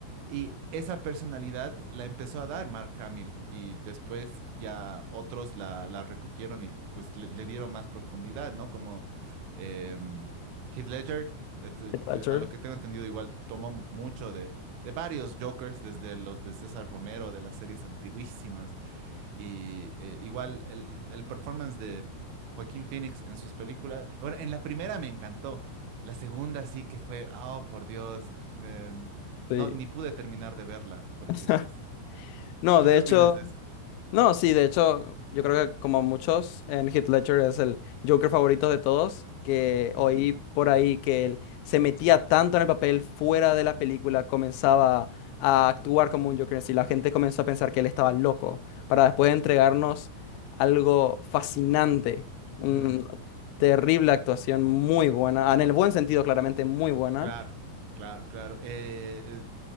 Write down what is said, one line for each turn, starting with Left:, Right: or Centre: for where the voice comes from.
Right: Y esa personalidad la empezó a dar Mark Hamill y después ya otros la, la recogieron y pues le, le dieron más profundidad, ¿no? Como em, Heath Ledger, este,
Left: Heath
Right: te-
Left: Ledger.
Right: a lo que tengo entendido igual tomó mucho de, de varios Jokers, desde los de César Romero, de las series antiguísimas, y eh, igual el, el performance de Joaquín Phoenix en sus películas. Bueno, en la primera me encantó. La segunda sí que fue, oh, por Dios. me-
Left: Sí.
Right: no, ni pude terminar de verla porque
Left: <laughs>
Right: es-
Left: No,
Right: ¿Tú
Left: de
Right: qué
Left: hecho.
Right: opinas de eso?
Left: No, sí, de hecho, yo creo que como muchos, en Heath Ledger es el Joker favorito de todos, que oí
Right: Ujú,
Left: por ahí que él se metía tanto en el papel fuera de la película, comenzaba a actuar como un Joker en sí, la gente comenzó a pensar que él estaba loco, para después entregarnos algo fascinante, una
Right: ujú.
Left: terrible actuación, muy buena, en el buen sentido, claramente, muy buena.
Right: Claro, claro, claro. Eh, eh,